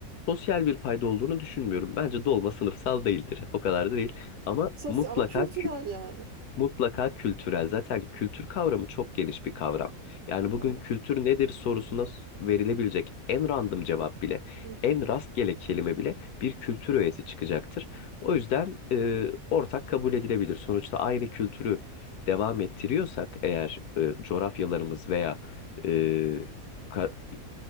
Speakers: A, on the left (about 90°); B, on the right (about 55°).
A: Sosyal bir payda olduğunu düşünmüyorum. Bence dolma sınıfsal değildir. O kadar da değil. Ama
B: Sosyal
A: mutlaka
B: ama kültürel yani.
A: Mutlaka kültürel. Zaten kültür kavramı çok geniş bir kavram. Yani bugün
B: Evet.
A: kültür nedir sorusuna s- verilebilecek en random cevap bile,
B: Hı hı.
A: en rastgele kelime bile bir kültür öğesi çıkacaktır. O yüzden e, ortak kabul edilebilir. Sonuçta aynı kültürü devam ettiriyorsak eğer e, coğrafyalarımız veya e, ka-